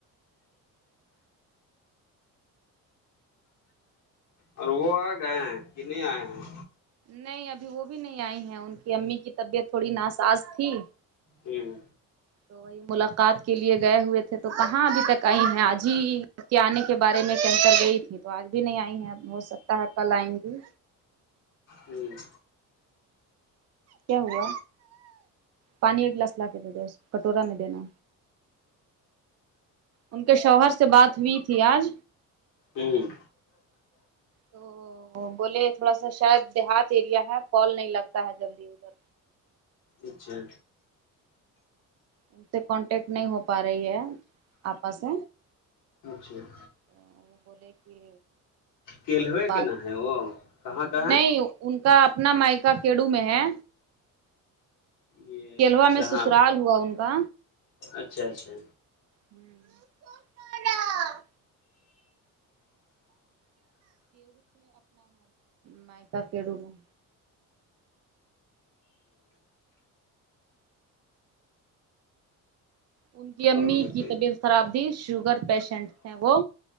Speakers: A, on the left (about 65°); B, on the right (about 45°).
A: اور وہ آ گئے ہیں کہ نہیں آئے ہیں
B: نہیں ابھی وہ بھی نہیں آئی ہیں ان کی امی کی طبیعت تھوڑی ناساز تھی
A: ہوں
B: تو وہی ملاقات کے لیے گئے ہوئے تھے تو کہاں ابھی تک آئی ہیں آج ہی جب کے آنے کے بارے میں کینکر گئی تھی تو آج بھی نہیں آئی ہے ہو سکتا ہے کل آئیں گی
A: ہوں
B: چ گے پانی ایک گلاس لا کے دے د اس کٹورا میں دینا ان کے شوہر سے بات ہوئی تھی آج
A: ہوں
B: تو ا بولے تھوڑا سا شاید دیہات ایریا ہے پال نہیں لگتا ہے جلدی ادھر
A: اچھا
B: ان سے کانٹیکٹ نہیں ہو پا رہی ہے آپس سے
A: اچھا
B: تو وہ بولے کہ
A: کلوے
B: بات
A: کے نا ہے وہ کہاں کہ ہے
B: نہیں ان کا اپنا مائکا کیڈو میں ہے
A: یہ
B: کیلوا
A: اچھا
B: میں سسرال
A: ہاں
B: ہوا ان کا
A: اچھا اچھا
B: ہوں مائ کا کےڈوول ان کی امی
A: اور بتائیے
B: کی طبیعت خراب تھی شوگر پیشنٹ تھے وہ